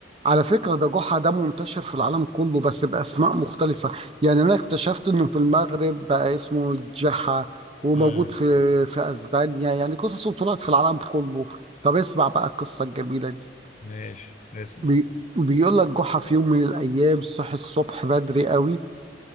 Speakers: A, on the right; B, on the left.
A: على فكرة ده جحا ده منتشر في العالم كله بس بأسماء مختلفة يعني أنا اكتشفت إنه في المغرب بقى اسمه جحا وموجود
B: امم
A: في في أسبانيا يعني قصصه طلعت في العالم كله طب اسمع بقى القصة الجميلة دي.
B: ماشي اسمع
A: بي... بيقول لك جحا في يوم من الايام صحي الصبح بدري قوي